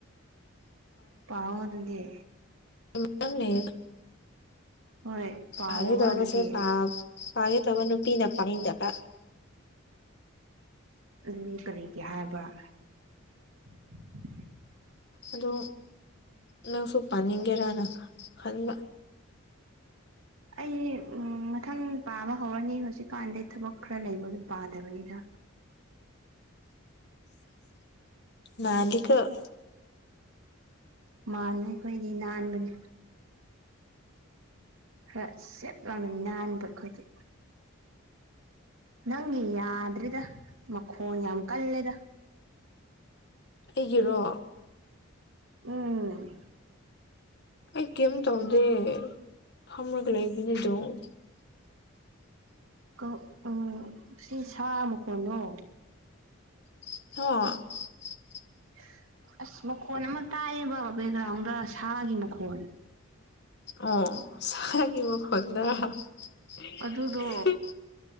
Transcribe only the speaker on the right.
ꯄꯥꯎ ꯑꯣ ꯑꯗꯨꯗꯤ
ꯍꯣꯏ ꯄꯥꯑꯣꯕ
ꯑꯗꯨꯗꯤ
ꯑꯘꯨꯘꯤ ꯀꯔꯤꯒꯤ ꯍꯥꯏꯕ꯭ꯔꯥ <unintelligible>
ꯑꯩ ꯎꯝ ꯃꯊꯪ ꯄꯥꯕ ꯍꯧꯔꯅꯤ ꯍꯧꯖꯤꯛꯀꯥꯟꯗꯤ ꯊꯕꯛ ꯈꯔ ꯂꯩꯕꯒꯤ ꯄꯥꯗꯕꯅꯤꯘ <inaudible>
ꯃꯥꯟꯕꯅꯤ ꯑꯩꯈꯣꯏꯗꯤ ꯅꯥꯟꯕꯅꯤ ꯈꯔ ꯆꯦꯠ ꯂꯥꯎꯅ ꯅꯥꯟꯕ ꯑꯩꯈꯣꯏꯗꯤ ꯅꯪꯒꯤ ꯌꯥꯗ꯭ꯔꯦꯗ ꯃꯈꯣꯟ ꯌꯥꯝ ꯀꯜꯂꯦꯗ
ꯎꯝ
ꯀꯛ ꯑꯣ ꯁꯤ ꯁꯥ ꯃꯈꯣꯟꯅꯣ
<unintelligible> ꯑꯁ ꯃꯈꯣ ꯑꯃ ꯇꯥꯏꯌꯦ ꯕ ꯕꯦꯛꯒ꯭ꯔꯥꯎꯟꯗ ꯗ ꯁꯥꯒꯤ ꯃꯈꯣꯜ
ꯑꯗꯨꯗꯣ